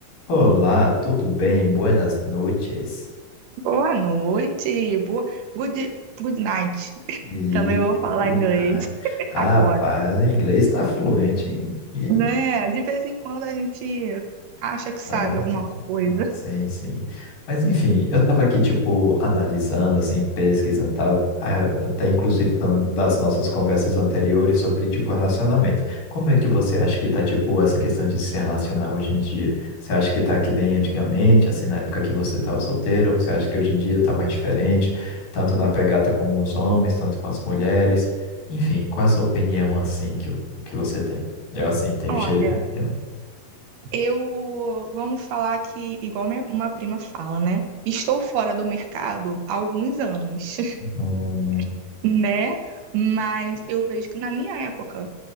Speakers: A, on the left; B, on the right.
A: Olá, tudo bem? Buenas noites.
B: Boa noite, boa good, good night.
A: E
B: Também vou falar
A: boa
B: inglês
A: noite.
B: <laughs>
A: rapaz,
B: agora,
A: o inglês está fluente em- em-
B: né? De vez em quando a gente acha que sabe
A: Dá pra fazer.
B: alguma coisa.
A: Ah, Sim, sim. Mas enfim, eu tava aqui, tipo, analisando, assim, pesquisando e tal, ah, até inclusive da- das nossas conversas anteriores sobre, tipo, relacionamento. Como é que você acha que tá, tipo, essa questão de se relacionar hoje em dia? Você acha que tá que nem antigamente, assim, na época que você tava solteiro? Ou você acha que hoje em dia tá mais diferente, tanto na pegada com os homens, tanto com as mulheres? Enfim, qual é a sua opinião, assim, que, que você tem? Eu, assim, tenho
B: Olha,
A: cheio de opinião.
B: eu vamos falar que igual minha, uma prima fala, né? Estou fora do mercado há alguns anos,
A: Hum.
B: <laughs> né? Mas eu vejo que na minha época,